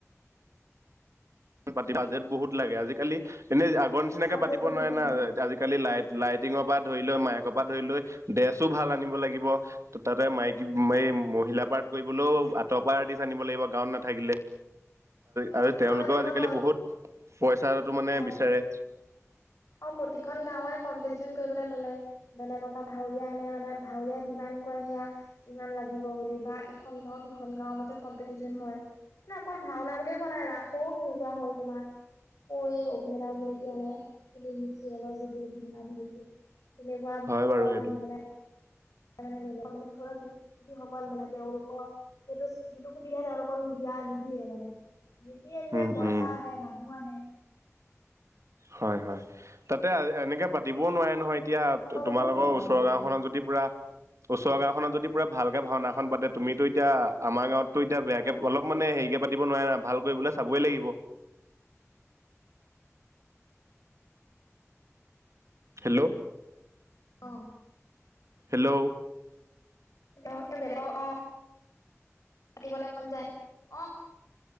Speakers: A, on the right; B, on the left.
A: তি বাজেট বহুত লাগে, আজিকালি এনেই আগৰ নিচিনাকে
B: কাজিয়া
A: পাতিব
B: বহুত
A: নোৱাৰে
B: লাগে
A: না
B: অ
A: আজিকালি লাইট লাইটিঙৰ পৰা ধৰি লৈ মাইকৰ পৰা ধৰি লৈ ড্ৰেছো ভাল আনিব লাগিব। ত' তাতে মাইকী
B: উম
A: এ, মহিলা পাৰ্ট কৰিবলৈও আৰ্টৰ পৰা আৰ্টিষ্ট আনিব লাগিব গাঁৱত না থাকিলে,
B: অ
A: আ-আৰু তেওঁলোকেও
B: আৰু এনেকুৱা
A: আজিকালি
B: হ'ল
A: বহুত পইচাটো মানে
B: অ
A: বিচাৰে।
B: আৰু প্ৰতিখন গাঁৱে কম্পিটিচন কৰিবলৈ ল'লে। বেলেগৰ পৰা ভাৱৰীয়া আনে মানে ভাৱৰীয়া ডিমাণ্ড কৰে সেয়া। ইমান লাগিব বুলি বা ইখন গাঁওত সিখন গাঁওৰ মাজত কম্পিটিচন হয়। না অকল ভাওনা বুলিয়ে কোৱা নাই ৰাসও তেনেকুৱা হ'ল তোমাৰ। কৈ অভিনেতা অভিনেত্ৰী আনে, ফিল্ম চিৰিয়েলৰ যিবোৰ অভিনেতা অভিনেত্ৰী। তেনেকুৱা
A: হয়
B: অকলক
A: বাৰু সেইটো
B: আনি পেলাই মে ধুনীয়াকে মানে <unintelligible> যিসকল মানে তেওঁলোকক সেইটো সেইটো সুবিধা তেওঁলোকক নিদিয়া নিদিয়ে মানে। সে কি আনিলে
A: উম
B: পইচা
A: উম
B: আহে, মানুহ আহে।
A: হয় হয়, তাতে এনেকে পাতিবও নোৱাৰে নহয়। এতিয়া
B: সকলোবোৰ
A: তোমালোকৰ
B: তেনেকুৱা
A: ওচৰৰ
B: হ'ল
A: গাওঁখনত যদি পুৰা ওচৰৰ গাঁওখনত যদি পুৰা ভালকে ভাওনাখন পাতে তুমিতো এতিয়া আমাৰ গাঁৱততো এতিয়া বেয়াকে অলপ মানে হেৰিকে পাতিব নোৱাৰে না ভাল কৰিবলে চাবই লাগিব। হেল্ল'
B: অ'।
A: হেল্ল'।
B: <unintelligible> অ', অ'। পাতিবলে মন যায়, অ'।